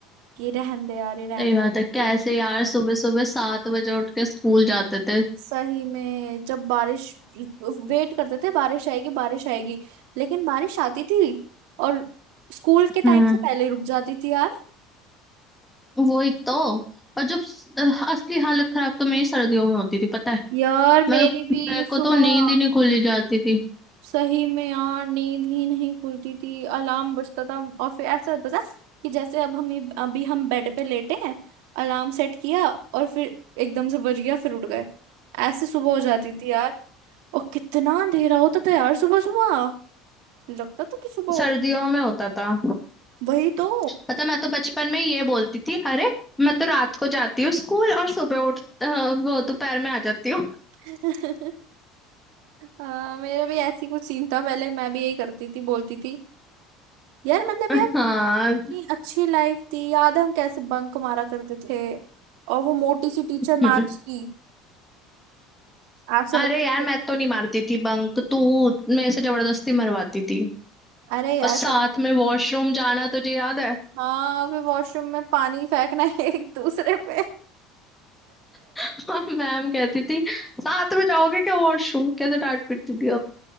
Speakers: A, on the right; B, in the centre.
A: कि रहन दे यार ये रहन
B: सही बात
A: दे
B: है कैसे
A: फिर
B: यार सुबह सुबह सात बजे उठ के स्कूल जाते थे
A: सही में जब बारिश वेट करते थे बारिश आएगी बारिश आएगी लेकिन बारिश आती थी और स्कूल के टाइम
B: हम्म
A: से पहले रुक जाती थी यार
B: वही तो और जब स- असली हालत खराब तो मेरी सर्दियों में होती थी पता है
A: यार मेरी
B: मैं मेरे
A: भी
B: को
A: सुबह
B: तो नींद ही नहीं खुली जाती थी
A: सही में यार नींद ही नहीं खुलती थी अलार्म बजता था और फिर ऐसा होता था कि जैसे अब हम अभी हम बेड पे लेटे हैं अलार्म सेट किया और फिर एकदम से बज गया फिर उठ गए ऐसे सुबह हो जाती थी यार और कितना अंधेरा होता था यार सुबह सुबह लगता था कि सुबह
B: सर्दियों
A: हो
B: में होता था
A: वही तो
B: पता मैं तो बचपन में ये बोलती थी अरे मैं तो रात को जाती हूँ स्कूल और सुबह उठ अ, वो दोपहर में आ जाती हूँ
A: <laughs> आ, मेरा भी ऐसी कुछ सीन था पहले मैं भी यही करती थी बोलती थी यार मतलब
B: <laughs>
A: यार
B: हाँ
A: इतनी अच्छी लाइफ थी याद है हम कैसे बंक मारा करते थे और वो मोटी सी टीचर
B: हम्म।
A: मैथ्स की ऐसे
B: अरे
A: लगती
B: यार
A: है जैसे
B: मैं तो नहीं मारती थी बंक तू मेरे से जबरदस्ती मरवाती थी
A: अरे यार
B: और साथ
A: कब
B: में वॉशरूम जाना तुझे याद है
A: हाँ फिर वॉशरूम में पानी फेंकना एक दूसरे पे
B: <laughs> मैम कहती थी साथ में जाओगे क्या वॉशरूम कैसे डांट पीटती थी